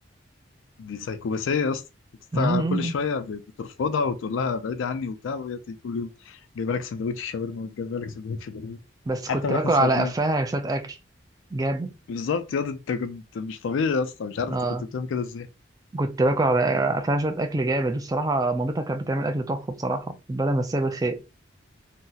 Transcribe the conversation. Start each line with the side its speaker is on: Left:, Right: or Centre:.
Left: دي سايكوباسيه يا اسطى أنت
Right: مم.
Left: كل شويه ب- بترفضها وتقول لها بعيدي عني وبتاع وهي تيجي كل يوم جايبه لك سندوتش شاورما وجايبه لك سندوتش بانيه
Right: بس
Left: حتى
Right: كنت
Left: واحنا
Right: باكل
Left: صايمين
Right: على قفاها شويه اكل جامد
Left: بالظبط يا اسطى، انت كنت مش طبيعي يا اسطى مش عارف
Right: اه
Left: انت كنت بتعمل كده ازاي
Right: كنت باكل على قفاها شويه اكل جامد الصراحه مامتها كانت بتعمل اكل تحفه بصراحه ربنا مساها بالخير